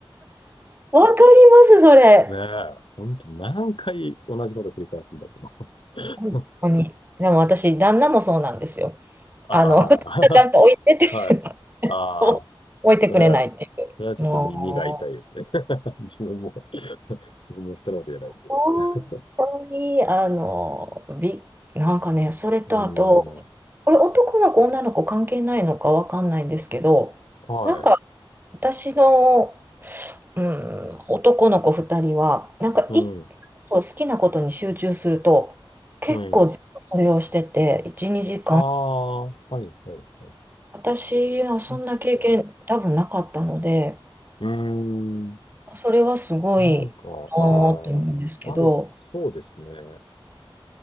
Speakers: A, on the right (about 20°); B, on the left (about 65°).
A: わかります、それ。
B: ねえ、ほんと何回同じこと繰り返すんだと思
A: 本当に。
B: う。
A: でも私、旦那もそうなんですよ。
B: <laughs> ああ、
A: あの、靴下ちゃんと置いてって
B: <laughs> はい。ああ、
A: <laughs> 置いてくれないっていう。
B: それは、それはちょっと耳が痛いですね。
A: も
B: <laughs> 自分も <laughs> 自分も人のこと言えないんで。
A: う、本当に、
B: <laughs>
A: あの、び、なんかね、それとあと、
B: うーん、
A: これ男の子、女の子関係ないのかわかんないんですけど、
B: はい。
A: なんか私の、うん、男の子2人は、なんかいそう、
B: うん、
A: 好きなことに集中すると、結構ずっとそれをしてて、
B: うん。
A: 1、2時
B: ああ、はい、はい、はい。
A: 私はそんな経験多分なかったので、
B: 確かに。うーん、
A: それはすごいおーって思うんですけど、
B: なんか、ああ、ある、そうですね。